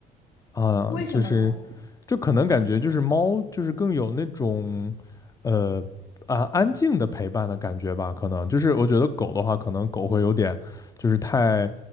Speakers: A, on the left; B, on the left.
A: 啊，
B: 为什么呢？
A: 就是，就可能感觉就是猫就是更有那种，呃啊安静的陪伴的感觉吧，可能就是我觉得狗的话，可能狗会有点就是太，